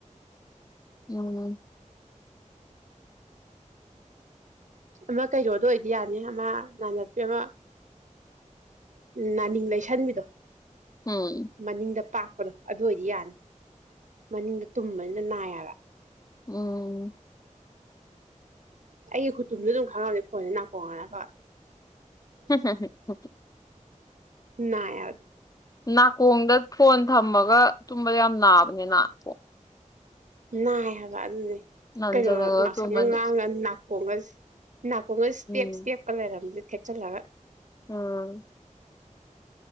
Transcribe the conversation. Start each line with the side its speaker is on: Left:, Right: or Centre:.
Left: ꯌꯥꯃꯅꯦ
Right: ꯑꯃ ꯀꯩꯔꯣꯗ ꯑꯣꯏꯗꯤ ꯌꯥꯅꯤ ꯑꯃ ꯅꯅꯥꯟꯅꯄꯤ ꯑꯃ ꯅꯥꯅꯤꯡ ꯂꯩꯁꯟꯕꯤꯗꯣ
Left: ꯎꯝ
Right: ꯃꯅꯤꯡꯗ ꯄꯥ ꯑꯗꯣ ꯑꯗꯨ ꯑꯣꯏꯗꯤ ꯌꯥꯅꯤ ꯃꯅꯤꯡꯗ ꯇꯨꯝꯕꯅꯤꯅ ꯅꯥꯏꯕ
Left: ꯎꯝ
Right: ꯑꯩꯒꯤ ꯈꯨꯇꯨꯝꯗ ꯑꯗꯨꯝ ꯈꯪꯉꯝꯅꯤ ꯐꯣꯟꯁꯦ ꯅꯥꯀꯣꯡ ꯉꯂ ꯐ
Left: ꯍꯝ ꯍꯝ ꯍꯡ <unintelligible>
Right: ꯅꯥꯏꯌꯥꯔ
Left: ꯅꯥꯀꯣꯡꯗ ꯐꯣꯟ ꯊꯝꯃꯒ ꯇꯨꯝꯕꯗ ꯌꯥꯝ ꯅꯥꯕꯅꯤꯅ ꯀꯣ
Right: ꯅꯥꯏ ꯍꯥꯏꯕ ꯑꯗꯨꯅꯦ
Left: ꯅꯟꯖꯜꯂꯒ
Right: ꯀꯩꯅꯣ ꯉꯥꯛꯁꯪꯅ
Left: ꯇꯨꯝꯃꯗꯤ
Right: ꯉꯥꯡꯉ ꯅꯥꯀꯣꯡꯒ ꯅꯥꯀꯣꯡꯒ ꯁ꯭ꯇꯦꯞ
Left: ꯎꯝ
Right: ꯁꯇꯦꯞ ꯀ ꯂꯩꯔꯝꯖ ꯈꯦꯠꯆꯜꯂꯒ
Left: ꯎꯝ